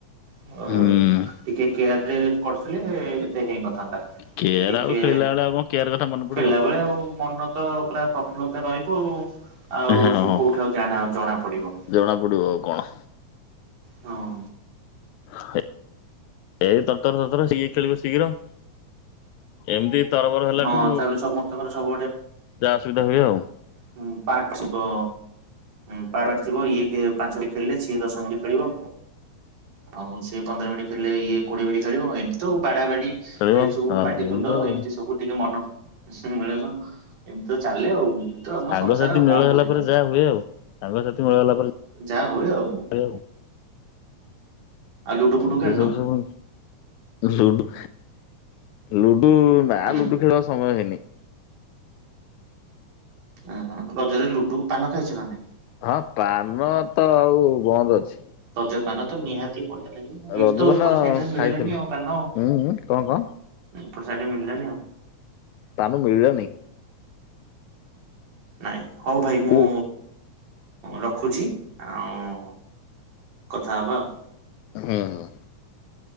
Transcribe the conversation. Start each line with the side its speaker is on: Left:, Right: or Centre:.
Right: <unintelligible>
Left: ହୁଁ
Right: ଟିକେ କେୟାର ରେ କରିଥିଲେ ଏତେ ହେଇନଥ ହନ୍ତା
Left: କେୟାର
Right: କି ଟିକେ
Left: ଆଉ ଖେଳିଲା ବେଳେ ଆଉ କଣ କେୟାର କଥା ମନେ ପଡିବ।
Right: ଖେଳିଲା ବେଳେ ଆଉ ମନ ତ ପୁରା ପ୍ରଫୁଲ୍ଲତା ରହିବ
Left: ହଁ
Right: ଆଉ ସିଏ କୋଉଠି ଆଉ ଜ ଜଣା ପଡିବ।
Left: ଜଣା ପଡିବ ଆଉ କଣ।
Right: ହଁ।
Left: ହେ ଏଇ ତର ତର ତରତର ସିଏ ଖେଳିବ ଶୀଘ୍ର। ଏମିତି ତରବର ହେଲାଠୁ
Right: ହଁ ତାପରେ ସମସ୍ତଙ୍କର ସବୁ
Left: ଯାହା ଅସୁବିଧା ହୁଏ ଆଉ।
Right: ହଁ ପାଠଛିପ <unintelligible> ହୁଁ ପାରାଗ ଥିବ ଇଏ କେ ପାଞ୍ଚ ମିନିଟ୍ ଖେଳିଲେ ସିଏ ଦଶ ମିନିଟ୍ ଖେଳିବ। ଆଉ ସିଏ ପନ୍ଦର ମିନିଟ ଖେଳିଲେ ଇଏ କୋଡିଏ ମିନିଟ ଖେଳିବ ଏମିତି ତ ଆଉ ବାଡା ବାଡି।
Left: ଖେଳିବ
Right: ଏଇ ସବୁ
Left: ହଁ
Right: ପାଟିତୁଣ୍ଡ
Left: ଆଉ।
Right: ଏମିତି ସ ସବୁ ଟିକେ ମନ <unintelligible> ମିଳନ ଏମିତି ତ ଚାଲେ ଆଉ ତ ଆମ
Left: ସାଙ୍ଗସାଥି
Right: ସଂସାର ଆଉ
Left: ମେଳ
Right: କଣ
Left: ହେଲା
Right: କରିବା।
Left: ପରେ ଯାହା ହୁଏ ଆଉ ସାଙ୍ଗସାଥି ମେଳ ହେଲା ପରେ
Right: ଯାହା ହୁଏ ଆଉ
Left: ଯା <unintelligible>
Right: ଆଉ ଲୁଡୁ
Left: ହଉ
Right: ଫୁଡ଼ୁ ଖେଳିନ।
Left: ସେ ସବୁ ସବୁ ଲୁଡୁ ଲୁଡୁ ନା
Right: ହୁଁ
Left: ଲୁଡୁ ଖେଳ ସମୟ ହେଇନି।
Right: ଓଁ ହ ରଜରେ ଲୁଟୁ ପାନ ଖାଇଛ ନା ନାଇଁ।
Left: ହଁ ପାନ ତ ଆଉ ବନ୍ଦ ଅଛି।
Right: ରଜ ପାନ ତ ନିହାତି ବଢିଆ ଲାଗିବ ଏଇଠି
Left: ରଜପାନ
Right: ତ ଏପଟ ସାଇଡ ରେ ମିଳିଲାନି
Left: ଖାଇଥିଲୁ
Right: ଆଉ ପାନ ଆଉ।
Left: ଉଁ ଉଁ କଣ କଣ
Right: ଆ ପଟ୍ ସାଇଡ ରେ ମିଳିଲାଣିି ଆଉ।
Left: ପାନ ମିଳିଲାନି।
Right: ନାଇଁ ହଉ ଭାଇ ମୁଁ
Left: ଓ
Right: ରଖୁଛି ଆଉ କଥା ହବା ଆଉ।
Left: ହୁଁ ହୁଁ।